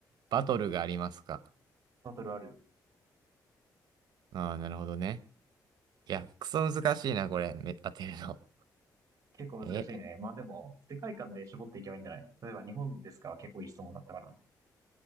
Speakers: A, on the right; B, on the right.
A: バトルがありますか
B: バトルある。
A: ああ、なるほどね。いや、クソ難しいな、これ。め、当てるの。
B: 結構難しいね。
A: <laughs> え、
B: まあでも、世界観で絞っていけばいいんじゃない例えば日本ですかは結構いい質問だったかな。